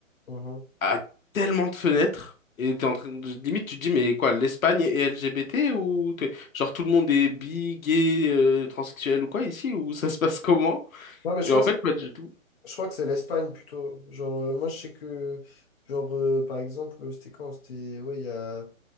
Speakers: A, on the left; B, on the left.
A: mhm.
B: à tellement de fenêtres. Et t'es en train de... Limite, tu te dis, mais quoi, l'Espagne est LGBT ou... t'es- Genre, tout le monde est bi, gay, euh, transsexuel ou quoi ici? Ou ça se passe comment?
A: Ouais, mais je
B: Et
A: crois
B: en
A: que,
B: fait, pas du tout.
A: je crois que c'est l'Espagne plutôt. Genre, euh, moi, je sais que, genre, euh, par exemple, c'était quand? C'était, ouais, il y a,